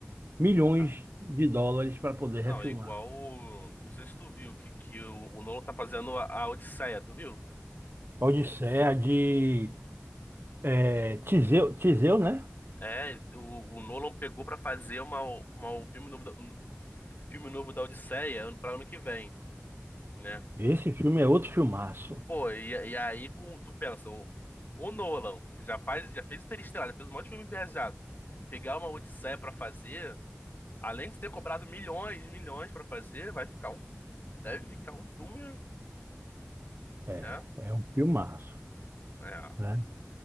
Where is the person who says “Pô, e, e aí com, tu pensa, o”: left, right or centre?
Left